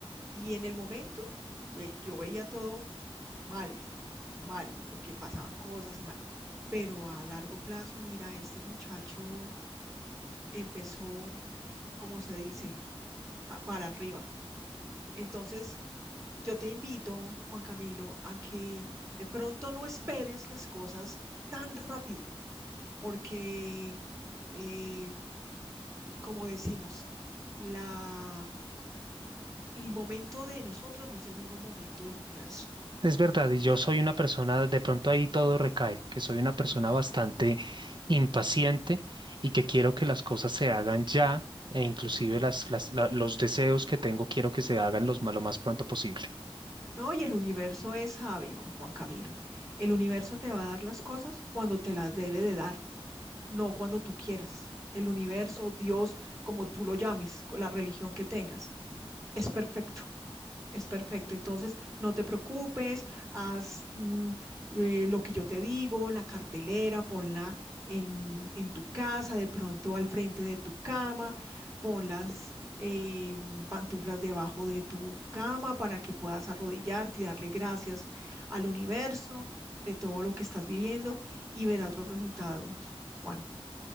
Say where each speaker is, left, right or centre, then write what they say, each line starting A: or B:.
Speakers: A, on the right; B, on the right.
A: Y en el momento ve- yo veía todo mal, mal, porque pasaban cosas y mal. Pero a largo plazo, mira, este muchacho empezó, como se dice, a- para arriba. Entonces, yo te invito, Juan Camilo, a que de pronto no esperes las cosas tan rápido, porque, eh, como decimos, la el momento de nosotros no es el mismo momento del universo.
B: Es verdad, y yo soy una persona, de pronto ahí todo recae, que soy una persona bastante impaciente y que quiero que las cosas se hagan ya, e inclusive las, las- la- los deseos que tengo quiero que se hagan los, ma- lo más pronto posible.
A: No, y el universo es sabio, Juan Camilo. El universo te va a dar las cosas cuando te las debe de dar, no cuando tú quieras. El universo, Dios, como tú lo llames, con la religión que tengas, es perfecto. Es perfecto. Entonces, no te preocupes, haz mm, eh, lo que yo te digo, la cartelera, ponla en, en tu casa, de pronto al frente de tu cama, pon las eh, pantuflas debajo de tu cama para que puedas arrodillarte y darle gracias al universo de todo lo que estás viviendo y verás los resultados, Juan.